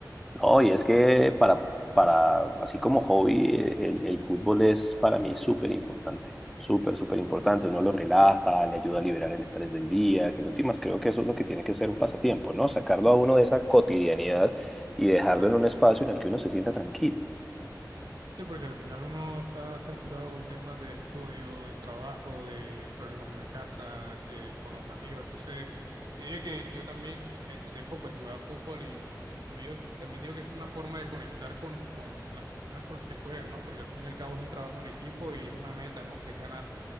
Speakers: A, in the centre; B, on the right.
A: No, y es que para, para, así como hobby, el, el fútbol es para mí súper importante, súper, súper importante. Uno lo relaja, le ayuda a liberar el estrés del día, que en últimas creo que eso es lo que tiene que ser un pasatiempo, ¿no? Sacarlo a uno de esa cotidianidad y dejarlo
B: Claro.
A: en un espacio en el que uno se sienta tranquilo.
B: Sí, porque al final uno está saturado con temas de estudio, de trabajo, de problemas en la casa, que con los amigos. Entonces, yo diría que yo también en su tiempo pues jugaba fútbol y también digo, también digo que es como una forma de conectar con, con, con las personas con las que juegas, ¿no? Porque al fin y al cabo es un trabajo en equipo y es una meta, ¿no? Que es ganar.